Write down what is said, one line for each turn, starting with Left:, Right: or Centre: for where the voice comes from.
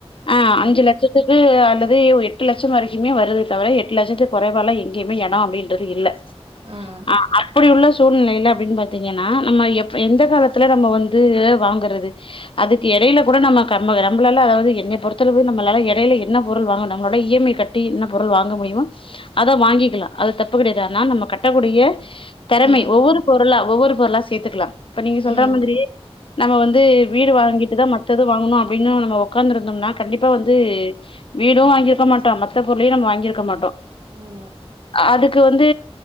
Left: ஆஹ
Right: ம்
Left: அஞ்சு லட்சத்துக்கு அல்லது அது எட்டு லட்சம் வரைக்குமே வருது தவிர எட்டு லட்சத்துக்கு குறைவாலம் எங்கயுமே இடம் அப்படின்றது இல்ல
Right: ம்
Left: ஆ அப்படி உள்ள சூழ்நிலைல அப்படின்னு பாத்தீங்கன்னா நம்ம எ எந்த காலத்துல நம்ம வந்து வாங்கறது அதுக்கு இடையில கூட நம்ம நம்மளால்ல என்னைய பொருத்தாளவு நம்மளால இடையில என்ன பொருள் வாங்கும் நம்மளோட இஎம் ஐமை கட்டி என்ன பொருள் வாங்க முடியுமோ அதா வாங்கிக்கலாம் அது தப்பு கிடையாது ஆனா நம்ம கட்டக்கூடிய திறமை
Right: ம்
Left: ஒவ்வொரு பொருளா ஒவ்வொரு பொருளா சேர்த்துக்கலாம் இப்ப நீங்க சொல்ற
Right: ம்
Left: மாதிரி நம்ம வந்து வீடு வாங்கிட்டுதான் மத்தது வாங்கணும் அப் அப்படினா நம்ம உட்காந்து இருக் தம்னா கண்டிப்பா வந்து வீடும் வாங்கியிருக்க மாட்டோம் மத்த பொருளையும் நம்ம வாங்கியிருக்க மாட்டோம்
Right: ஆமா
Left: அதுக்கு வந்து